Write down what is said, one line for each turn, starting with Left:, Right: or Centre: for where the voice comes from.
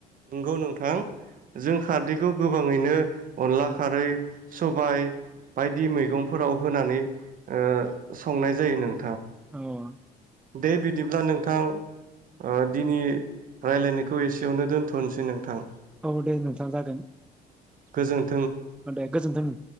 Right: नंगौ नोंथां जों खारदैखौ गोबाङैनो अनला खारै सबाय बायदि मैगंफोराव होनानै ओ संनाय जायो नों
Centre: औ
Right: दे बिदिब्ला नोंथां। ओ दिनै रायज्लायनायखौ एसेयावनो दोनथ'नोसै नोंथां
Centre: औ दे नोंथां जागोन।
Right: गोजोन
Centre: आ दे गोजोन्थों